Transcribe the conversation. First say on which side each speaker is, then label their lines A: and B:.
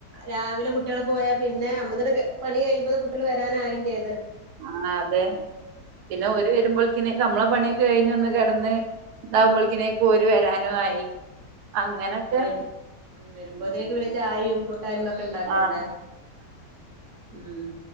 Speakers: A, on the right; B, on the right.
A: രാവിലെ കുട്ടികൾ പോയാ പിന്നെ നമ്മടത് പണി കഴിയുമ്പം കുട്ടികള് വരാനായില്ലേ
B: ആ അതെ പിന്നെ ഓര് വരുമ്പോൾ നമ്മളെ പണിയൊക്കെ കഴിഞ്ഞ് ഒന്ന് കിടന്ന് ഇണ്ടാവുമ്പോഴേക്കിനെ പോര് വരാനു ആയി അങ്ങനൊക്കെ
A: വരും വരുമ്പോത്തേക്ക് പിന്നെ ചായയും ട്ടാനും തൊക്കെ ഇണ്ടാക്കണ്ടേ
B: ആഹ്
A: ഉം